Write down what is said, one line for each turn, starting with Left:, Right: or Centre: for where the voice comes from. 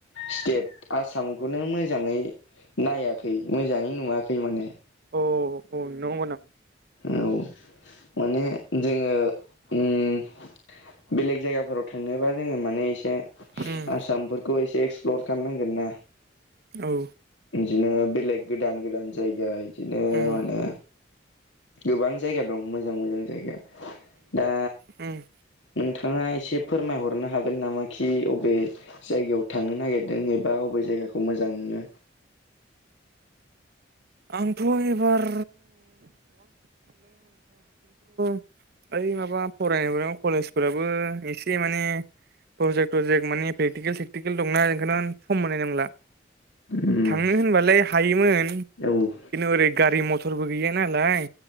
Left: स्टेट आसामखौनो मोजाङै नायाखै मोजाङै नुवाखै माने
Right: अ औ न' नामा?
Left: औ माने जोङो ओम बेलेग जायगाफोराव थांनोबा जोङो माने एसे
Right: ओ
Left: आसामफोरखौ एसे एक्सप्लर खालामनांगोन ना
Right: औ
Left: बिदिनो बेलेग गोदान गोदान जायगा बिदिनो
Right: उम
Left: माने गोबां जायगा दं मोजां मोजां जायगा दा
Right: ओम
Left: नोंथाङा एसे फोरमायहरनो हागोन नामा खि अबे जायगायाव थांनो नागिरदों एबा अबे जायगाखौ मोजां मोनो
Right: आंथ' एबार <unintelligible> ओइ माबा फरायनायफोराव कलेजफोराबो एसे माने ओ प्रजेक्ट प्रजेट मानानि प्रेटिकेल सेक्टिकेल दंना बेखौनो सम मोननाय नंला।
Left: उम
Right: थांनो होनबालाय हायोमोन
Left: औ।
Right: ओरै गारि मथरबो गैया नालाय